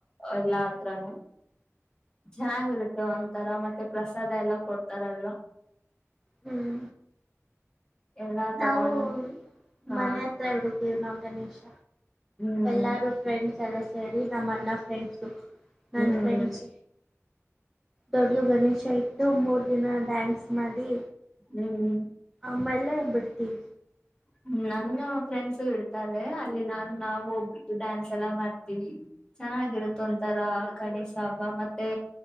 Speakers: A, on the left; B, in the centre.
A: ಎಲ್ಲಾ ಹತ್ರನು ಚೆನ್ನಾಗಿರುತ್ತೆ ಒಂಥರ ಮತ್ತೆ ಪ್ರಸಾದ ಎಲ್ಲ ಕೊಡ್ತಾರಲ್
B: ಹ್ಮ್
A: ಎಲ್ಲಾ ತಗೊಂಡ್
B: ನಾವು
A: ಹಾ
B: ಮನೆ ಹತ್ರ ಇಡಿದೀವಿ ನಾವು ಗಣೇಶ್
A: ಹ್ಮ್
B: ಎಲ್ಲಾರು ಫ್ರೆಂಡ್ಸ್ ಎಲ್ಲ ಸೇರಿ ನಮ್ಮನ್ನ ಫ್ರೆಂಡ್ಸು ನನ್
A: ಹ್ಮ್
B: ಫ್ರೆಂಡ್ಸ್ ದೊಡ್ಡದು ಗಣೇಶ ಇಟ್ಟು ಮೂರ್ ದಿನ ಡ್ಯಾನ್ಸ್ ಮಾಡಿ
A: ಹ್ಮ್
B: ಆಮೇಲೆ ಬಿಡ್ತೀವಿ.
A: ಹ್ಮ ನನ್ನ್ ಫ್ರೆಂಡ್ಸು ಇಡ್ತಾರೆ ಅಲ್ಲಿ ನಾನ್ ನಾವು ಹೋಗ್ಬಿಟ್ಟು ಡ್ಯಾನ್ಸ್ ಎಲ್ಲ ಮಾಡ್ತೀವಿ. ಚೆನ್ನಾಗಿರುತ್ ಒಂತರಾ ಗಣೇಶ ಹಬ್ಬ ಮತ್ತೆ